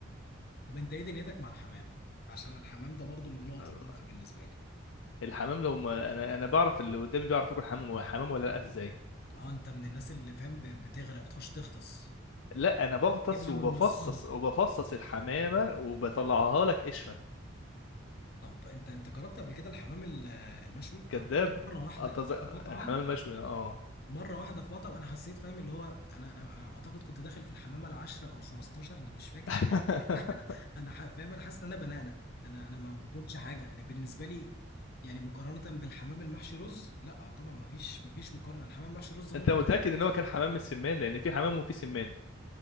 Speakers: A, on the left (about 50°); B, on the left (about 70°).
A: طب انت ايه دنيتك مع الحمام عشان الحمام ده برضو من نقط
B: آه،
A: الضعف بالنسبه لي
B: الحمام لو ما انا انا بعرف اللي قدامي بيعرف ياكل حمام حمام ولا لا ازاي
A: اه انت من الناس اللي فاهم ب- بتغرق بتخش تغطس
B: لا انا بغطس
A: جيبها
B: وبفصص
A: من نصها
B: وبفصص الحمامه وبطلعها لك قشره
A: طب انت انت جربت قبل كده الحمام ال- المشوي
B: كذاب
A: انا جربته مره واحده
B: أتز...
A: في مطعم
B: الحمام المشوي اه
A: مره واحده في مطعم انا حسيت فاهم اللي هو انا انا اعتقد كنت داخل في الحمامه العاشره او الخمستاشر انا مش فاكر
B: <laughs>
A: <laughs> انا ح- فاهم انا حاسس ان انا بنقنق انا انا ما باكلش حاجه يعني بالنسبه لي يعني مقارنه بالحمام المحشي رز لا طبعا ما فيش ما فيش مقارنه الحمام المحشي رز ممكن
B: انت متاكد ان هو كان حمام من السمان لان في حمام وفي سمان